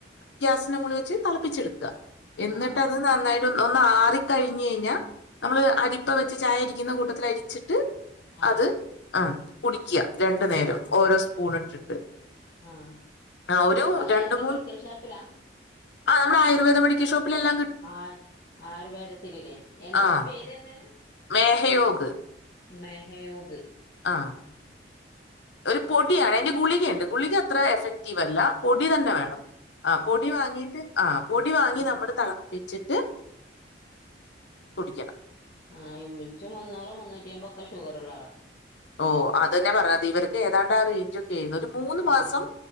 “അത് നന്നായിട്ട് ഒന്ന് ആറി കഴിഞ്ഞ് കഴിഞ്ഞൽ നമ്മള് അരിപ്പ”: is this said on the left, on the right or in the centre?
Left